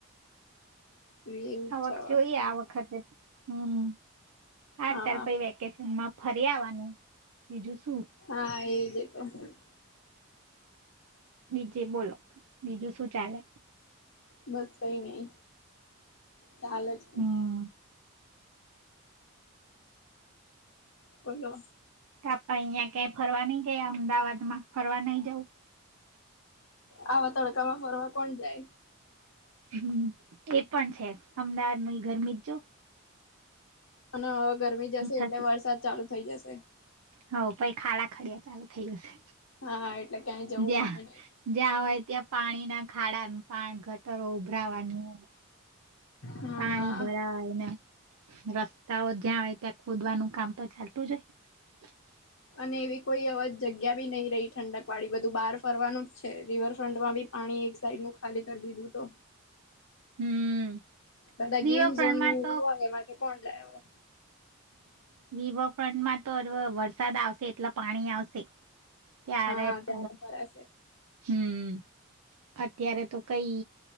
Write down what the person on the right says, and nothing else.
આવક
જોઈએ આ વખતે હમ આ
તાર પ વેકેશન માં ફરી આવવાનું બીજું શું.
બનીચે બોલો બીજું શું ચાલે.
હમ
કાપા અહિયાં ક્યાય ફરવા નઈ ગયા અમદાવાદ માં. ફરવા નહી જઉ
હમ એ પણ છે અમદાવાદ ન ગરમી જજું.
થશે
હ પછ ખાડા ખડિયા ચાલુ થઈ જશે.
જ્યાં
જ્યાં હોય ત્યાં પાણી ના ખાડાનું પા ગટરો ઉભરાવાની.
પાણી ભરાયને. રસ્તાઓ જ્યાં આવેય ત્યાં ખોદવાનું કામ તો ચાલતું જ હોય.
હમ.
રીવરફ્રન્ટમાં
તો
રિવરફ્રન્ટમાં તો વરસાદ આવશે એટલા પાણી આવશે. ત્યારે
જ પ
હમ અત્યારે તો કઈ